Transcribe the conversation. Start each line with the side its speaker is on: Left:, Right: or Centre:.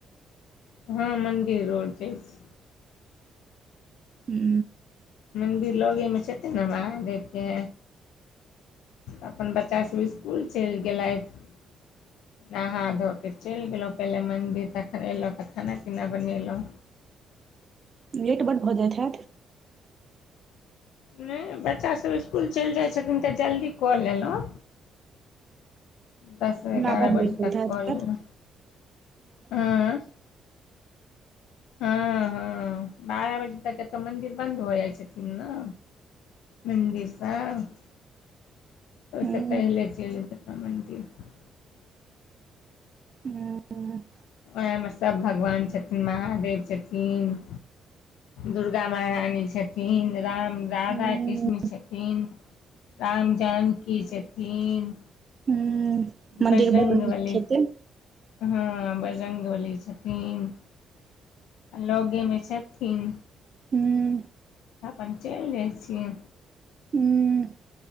Left: हँ मंदिर रोज जाइ छी।
Right: हू।
Left: मन्दिर लगेमे छथिन ने महादेवके। तऽ अपन बच्चासभ स्कुल चलि गेलथि। नहा धो के चलि गेलहुँ पहिले मन्दिर, तखन एयलहुँ तऽ खाना- पीना बनेलहुँ।
Right: लेट बड्ड भऽ जाइत हेत।
Left: नहि, बच्चासभ स्कुल चलि जाइ छथिन तऽ, जल्दी कऽ लेलहुँ। दस
Right: ओना
Left: एगारह
Right: बढ़ल
Left: बजे
Right: लेट होइत
Left: तक कऽ
Right: हैत।
Left: लेलहुँ हँ हँ, हँ, बारह बजे तक एतऽ मंन्दिर बन्द हो जाइ छथिन ने। मन्दिर त ओइसे
Right: हुँ
Left: पहिले चलि गेलउ मन्दिर!
Right: ओ।
Left: ओएहमे सभ भगवान छथिन, महादेव! छथिन। दुर्गा महारानी छथिन, राम राधा
Right: हुँ
Left: कृष्ण छथिन, राम जानकी छथिन।
Right: हु मन्दिर
Left: बजरंगबली
Right: बढ़ नीक छथिन।
Left: हँ बजरंग बली छथिन, आ लगे मे छथिन।
Right: हूँ।
Left: तऽ अपन चलि जाइ छियै।
Right: हुँ